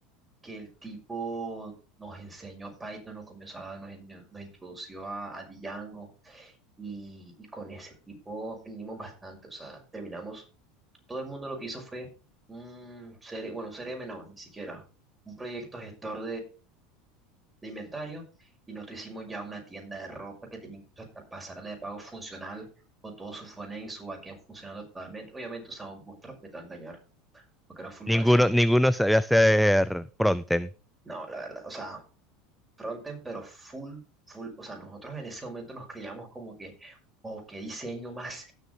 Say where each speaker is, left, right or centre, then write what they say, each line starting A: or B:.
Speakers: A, on the right; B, in the centre.
A: que el tipo nos enseñó Python, nos comenzó a, nos, en- nos introdució a, a Django y, y con ese tipo aprendimos bastante, o sea, terminamos, todo el mundo lo que hizo fue un CRM, bueno, un CRM no, ni siquiera, un proyecto gestor de inventario y nosotros hicimos ya una tienda de ropa que tenía incluso hasta pasarela de pago funcional con todo su frontend y su backend funcionando totalmente. Obviamente usamos Bootstrap, que te va a engañar, porque era full
B: Ninguno,
A: básico.
B: ninguno sabe hacer frontend.
A: No, la verdad, o sea, frontend, pero full, full. O sea, nosotros en ese momento nos creíamos como que, o qué diseño más,